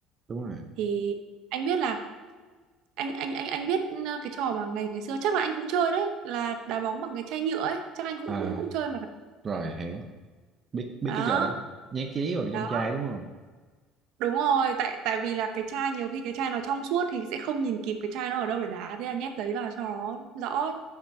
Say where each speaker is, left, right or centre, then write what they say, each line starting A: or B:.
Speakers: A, on the right; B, on the right.
A: đúng rồi
B: thì anh biết là anh anh anh anh biết ờ, cái trò mà ngày ngày xưa chắc là anh cũng chơi đấy là đá bóng bằng cái chai nhựa ấy chắc anh cũng
A: à
B: cũng cũng chơi mà phải.
A: rồi hiểu biết biết
B: đó
A: cái trò đó nhét giấy vào
B: đó
A: trong chai đúng không
B: đúng rồi tại tại vì là cái chai nhiều khi cái chai nó trong suốt thì sẽ không nhìn kịp cái chai nó ở đâu để đá thế là nhét giấy vào cho nó rõ ấy.